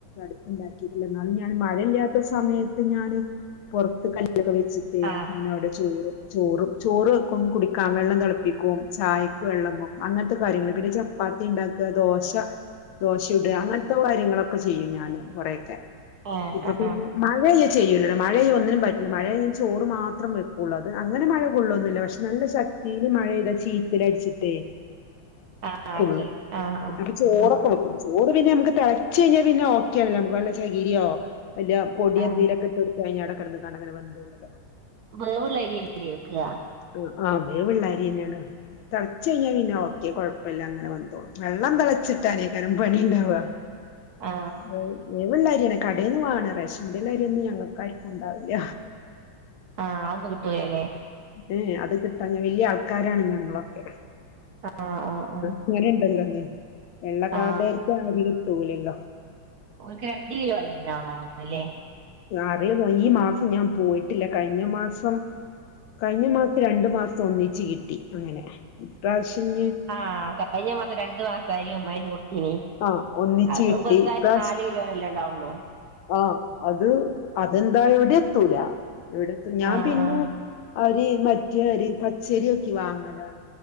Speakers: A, on the left; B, on the right.
A: ടുപ്പണ്ടാക്കിട്ടില്ല എന്നാലും ഞാൻ മഴയില്ലാത്ത സമയത്ത് ഞാൻ പുറത്ത് ക ല്ല്ക്കെ വെച്ചിട്ട്
B: ആ
A: ഞാൻ അവിടെ ചോറ് ചോറും ചോറ് വെക്കും കുടിക്കാം വെള്ളം തിളപ്പിക്കും ചായക്ക് വെള്ളം വെക്കും അങ്ങനത്തെ കാര്യങ്ങൾ പിന്നെ ചപ്പാത്തി ഉണ്ടാക്ക ദോശ ദോശ ചുടുക അങ്ങനത്തെ കാര്യങ്ങളൊക്കെ ചെയ്യും ഞാന് കുറെയൊക്കെ
B: ആ
A: ഇപ്പൊ
B: ആ
A: പിന്നെ മഴ ഞാൻ ചെയ്യൂല മഴ ആയ്യ ഒന്നിനും പറ്റ മഴ ചോറ് മാത്രം വെക്കുള്ളു അത് <unintelligible> അങ്ങനെ മഴ കൊള്ളൂന്നില്ല പക്ഷെ നല്ല ശക്തീൽ മഴ പെയ്താ ചീ ചീറ്റലടിച്ചിട്ടേ
B: <inaudible> അത്
A: കൊള്ളും
B: ശരി ആ ആ
A: അപ്പെ ചോറൊക്കെ
B: ആ
A: വക്കും. ചോറ് പിന്നെ നമുക്ക് തിളച്ച കഴിഞ്ഞാൽ പിന്നെ ഓക്കെല്ലോ നമുക്ക് നല്ല ചകിരിയോ വല്ല പൊടിയ
B: ആ
A: എന്തേലുംക്കെ ഇട്ട് കെ കഴിഞ്ഞ് അട കെടന്ന് കാണ്ട് അങ്ങെന വെന്തോള്ളല്ലോ
B: വേവുള്ള അരിയായിരിക്കുല്ലേ വെക്ക
A: ആ ആ് വേവുള്ളരി തന്നെയാണ് തിളച്ചു കഴിഞ്ഞാൽ പിന്നെ ഓക്കെ കുഴപ്പമില്ല അങ്ങനെ വന്തോളും വെള്ളം തിളച്ചിട്ടാനേക്കാരം പണി ഉണ്ടാവ.
B: ആ
A: <unintelligible> വേവുള്ള അരിയാണ് കടേൽന്ന് വാങ്ങാണ് റേഷൻ പീടില അരിന്നും ഞങ്ങൾക്കാര്ക്കും ഉണ്ടാവില്ല.
B: ആഹ് അതന്നും കിട്ടൂലല്ലേ
A: ഏയ അത് കിട്ടാ ഞാൻ വലിയ ആൾക്കാരാണ് ഞങ്ങളൊക്കെ.
B: ആ ആ ആ
A: ഇങ്ങനിംഇണ്ടല്ലോല്ലേ വെള്ളകാർഡാര്ക്ക്
B: ആ
A: ആ <unintelligible> <unintelligible>
B: ഓൽക്ക് രണ്ട് കിലോ അരി ഉണ്ടാവും അല്ലേ
A: അറിയൂല ഈ മാസം ഞാൻ പോയിട്ടില്ല കഴിഞ്ഞ മാസം. കഴിഞ്ഞ മാസം രണ്ടു മാസം ഒന്നിച്ച് കിട്ടി അങ്ങനെ ഇപ്രാവശ്യം ഇഞ്.
B: ആഹ് കഴിഞ്ഞ മാസം രണ്ടു മാസം അരി ഒന്നായികൊടുത്തീന്
A: ആഹ് ഒന്നിച്ച്
B: അത്
A: കിട്ടി
B: ഇപ്പ എന്തായി
A: ഇപ്രാവശ്യം
B: നാല്. കിലോൻ അല്ലേ ഉണ്ടാവൊള്ളൂ
A: ആഹ് അത് അതെന്താ എവിടെ എത്തൂല ഞാൻ
B: ആഹ്
A: പിന്നെ.
B: ആഹ്
A: അരി മറ്റേ അരി പച്ചരി നോക്കി വാങ്ങലാണ്.